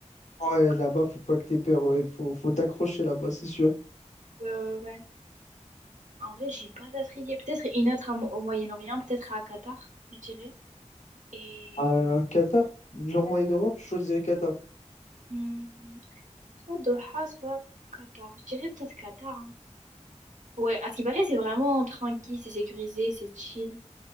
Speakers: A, on the left; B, on the right.
A: Ouais,
B: Donc,
A: là-bas, faut pas que t'aies peur, ouais, faut, faut t'accrocher là-bas, c'est sûr.
B: euh, ouais, ouais, ouais. En vrai, j'ai pas d'autres idées. Peut-être une autre à Mo- au Moyen-Orient, peut-être à Qatar, je dirais. Et.
A: Euh, Qatar, genre Moyen-Orient, tu choisirais Qatar.
B: hmm, soit Doha, soit Qatar. Je dirais peut-être Qatar. hein. Ouais, à ce qui paraît, c'est vraiment tranquille, c'est sécurisé, c'est chill.